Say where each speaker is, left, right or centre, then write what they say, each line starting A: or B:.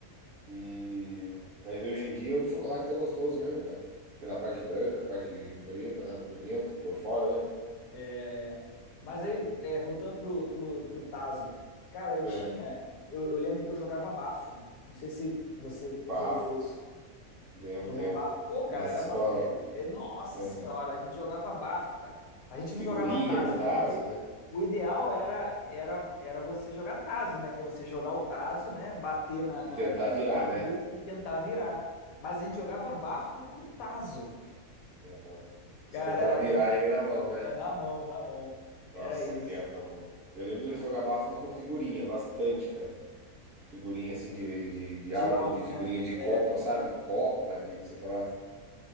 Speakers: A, on the right; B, on the left.
A: E vai ver hoje em dia o chocolate tão gostoso mesmo, cara. Aquela parte branca, parte preta lá por dentro, por fora, né?
B: É, é. Mas aí, é, voltando pro, pro, pro Tazo, cara, eu
A: É.
B: tinha. Eu, eu lembro que eu jogava bafo. Não sei se você
A: Bafo,
B: jogou isso.
A: lembro,
B: Jogou
A: lembro.
B: bafo? Pô, cara,
A: Nas
B: era
A: escolas,
B: uma febre. E, nossa
A: é.
B: senhora, a gente jogava bafo, cara. A
A: Com
B: gente não
A: figurinha,
B: jogava Tazo,
A: com tazo,
B: né? Porque
A: né?
B: o ideal era, era, era você jogar Tazo, né? Que é você jogar o Tazo, né? Bater na,
A: E
B: na,
A: tentar
B: na,
A: virar,
B: na pilha
A: né?
B: e tentar virar. Mas a gente jogava bafo com Tazo.
A: É, ó. Você
B: Cara,
A: tentava
B: era
A: virar
B: muito bacana.
A: ele na mão, né?
B: É, na mão, na mão.
A: Nossa,
B: Era isso.
A: que época boa. Eu lembro
B: Pô,
A: de jogar
B: muito
A: Bafana
B: bom.
A: com figurinha, bastante, cara. Figurinha assim de, de, de
B: De
A: álbum,
B: álbum,
A: de figurinha
B: né?
A: de
B: É,
A: copo, sabe? Copa, de não sei o que lá.